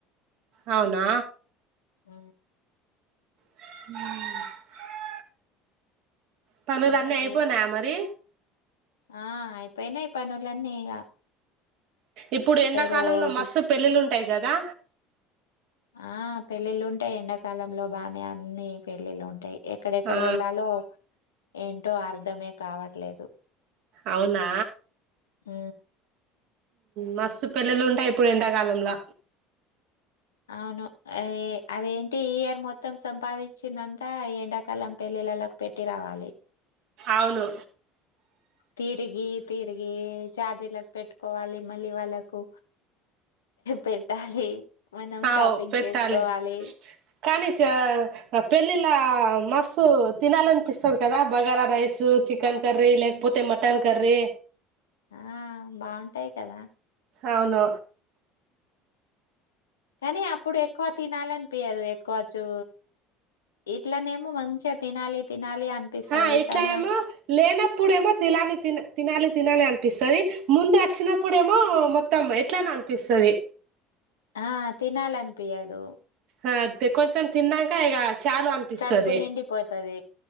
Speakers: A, on the right (about 60°); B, on the left (about 85°).
A: అవునా
B: ఆ
A: హు పనులు
B: అంటే
A: అన్నీ అయిపోనాయా
B: టే
A: మరి
B: ఆ అయిపోయినాయి పనులన్నీ ఇక
A: ఇప్పుడు ఎండాకాలంలో
B: రోజు
A: మస్సు పెళ్ళిళంటాయి కదా
B: ఆ పెళ్ళిళ్ళుంటాయి ఎండాకాలంలో బానే అన్నిీ పెళ్ళిళ్ళు ఉంటాయి ఎక్కడెక్కడ
A: ఆ
B: వెళ్ళాలో ఏంటో అర్ధమే కావట్లేదు
A: అవునా
B: ఉ
A: మస్తు పెళ్ల్లలు ఉంటాయి ఇప్పుడు ఎండాకాలంలో
B: అవును అదేంటి ఈయర్ మొత్తం సంపాదించిందంతా ఎండాకాలం పెళ్లి పిల్లలకు పెట్టి రావాలి
A: అవును
B: తిరిగి తిరిగి చఛార్జీలకు పెట్టుకోవాలి మళ్ళీ వాళ్ళకు పెట్టాలి మనం
A: అవు
B: షాపింగ్
A: పెట్టాలి
B: చేసుకోవాలి
A: కానీ పెళ్ళిలా మస్స్తు తినాలనిపిస్తుంది కదా బగారా రైస్ చికన్ కర్రీ లేకపోతే మటన్ కర్రీ
B: ఆ బాగుంటాయి కదా
A: అవును
B: కానీ అప్పుడు ఎక్కువ తినాలని పయదు కోవచ్చు ఇట్లనేమో మంచిగా తినాలి తినాలి అనిపిస్తది.
A: ఆ ఇట్లా
B: కానీ
A: ఏమో
B: ఆ!
A: లేనప్పుడేమో తినాలి త తినాలి తినాలి అంట అనిపిస్తుంది ముందు వచ్చినప్పుడేమో మొత్తం ఎట్లానే అనిపిస్తుంది
B: ఆ తినాలనిపించదు
A: ఆ అంతతే కొంచం తిన్నా అకా ఇక చాలు అనిపిస్తుంది
B: కడుపు నిండిపోతది.